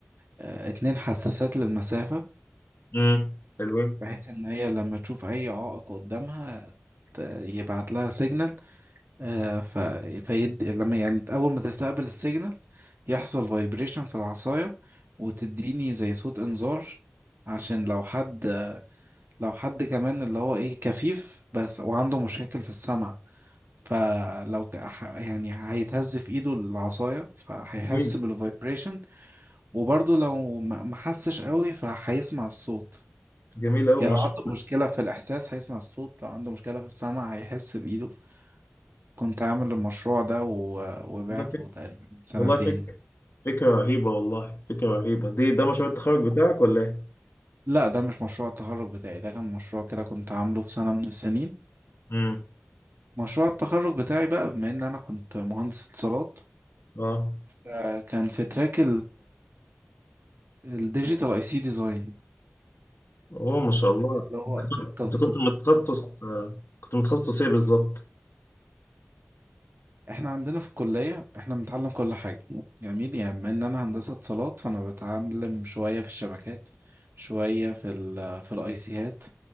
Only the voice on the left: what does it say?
امم حلوين
جميل
جميل أوي
ما
شاء
الله
والله فكرة
والله فكرة فكرة رهيبة والله فكرة رهيبة دي ده مشروع التخرج بتاعك ولا ايه؟
امم
اه
اوه ما شاء الله
انت كنت
أنت كنت متخصص آه، كنت متخصص ايه بالظبط؟